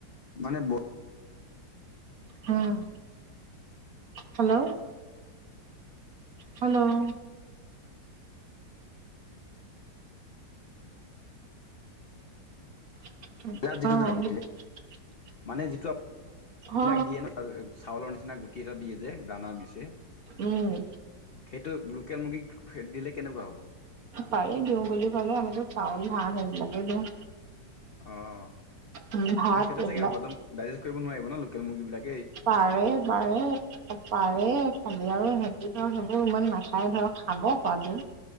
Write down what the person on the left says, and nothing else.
মানে ব
ব্ৰইলাৰ যিটো দাম, মানে বিলাক
দিয়ে নহ, চাউলৰ নিচিনা গুটি এটা দিয়ে যে। দানা দিছে।
সেইটো লোকেল মুৰ্গীক দিলে কেনেকুৱা হ'ব?
অ'
মানে সিহঁতে
চাগে হজম, ডাইজেষ্ট কৰিব নোৱাৰিব নহ লোকেল মুৰ্গী বিলাক।